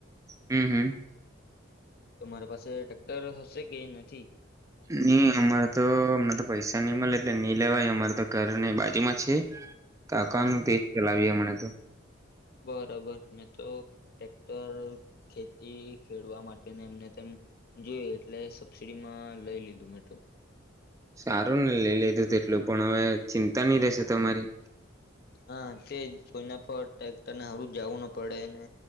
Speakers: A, on the right; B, on the left.
A: હામ હમ્મ.
B: તો માર પાસે ટ્રેક્ટર હશે કે નથી?
A: ની અમારે તો હમણા તો પૈસા ની મળે એટલે ની લેવાય અમારે તો ઘરને બાજુમાં છે કાકાનું
B: હા
A: તેજ ચલાવ્યે અમે. ને તો
B: બરોબર મેં તો ટ્રેક્ટર ખેતી ખેડવા માટે એમને તેમ જોયે એટલે સબસીડીમાં લઈ લીધું મેં તો.
A: સારું ને લઈ લીધું તેટલું પણ હવે ચિંતા નહી રહેશે તમારી.
B: હા તે જ કોઈના પર ટ્રેક્ટરને હારુ જવું ન પડે ને